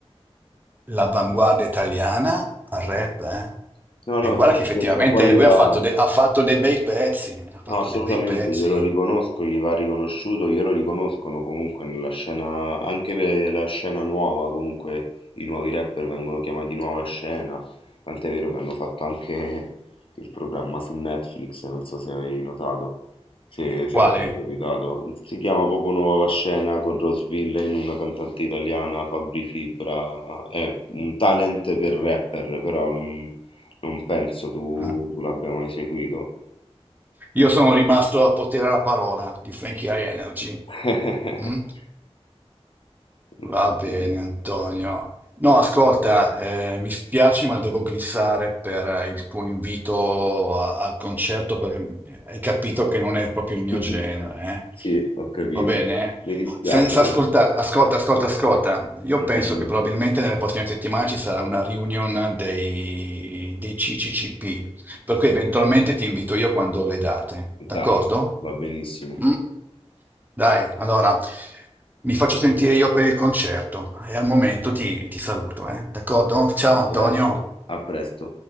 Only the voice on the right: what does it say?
L'avanguardia italiana al rap,
eh?
E guarda
che
effettivamente
lui
ha fatto, de- ha fatto dei bei pezzi, ha fatto
dei bei pezzi.
Quale?
Ah,
Io sono rimasto a potere alla parola di Frankie High Energy.
Mm?
Va
bene, Antonio. No, ascolta, eh, mi spiace, ma devo glissare per eh, il tuo invito a- al concerto perché hai capito che non è proprio
il mio genere, eh.
Va bene?
Senza ascolta,
ascolta, ascolta, ascolta. Io
penso
che probabilmente nelle prossime settimane ci sarà una reunion dei, dei CCCP, per cui eventualmente ti invito io quando ho le date, d'accordo?
Mm? Dai, allora mi faccio sentire io per il concerto e al momento ti, ti saluto, eh? D'accordo? Ciao
Antonio.